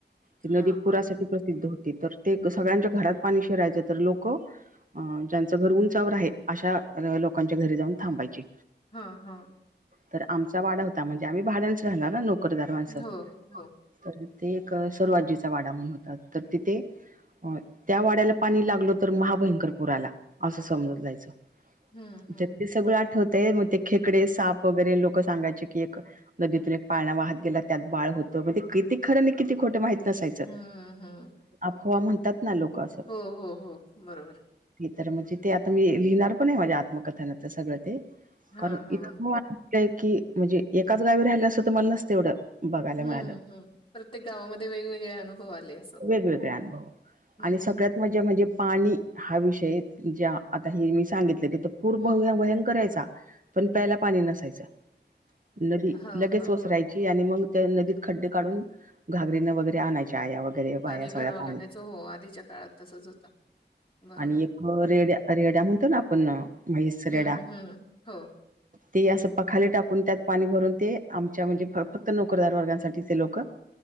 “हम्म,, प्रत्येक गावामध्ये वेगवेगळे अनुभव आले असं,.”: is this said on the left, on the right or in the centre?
Left